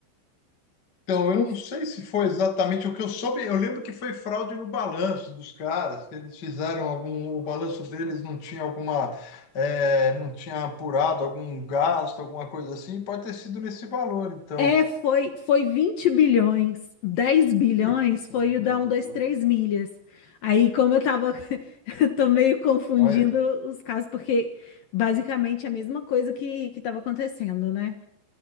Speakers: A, on the left; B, on the left.
A: Então,
B: Ou-
A: eu não sei se foi exatamente o que eu soube. Eu lembro que foi fraude no balanço dos caras, que eles fizeram algum, o balanço deles não tinha alguma, eh, não tinha apurado algum gasto, alguma coisa assim. Pode ter sido nesse valor, então.
B: É, foi, foi 20 bilhões. 10 bilhões
A: Que
B: foi
A: coisa
B: o da um,
A: de
B: 2,
A: louco.
B: 3 milhas. Aí, como eu tava, <laughs> eu tô meio confundindo
A: Olha,
B: os casos, porque basicamente é a mesma coisa que, que tava acontecendo, né?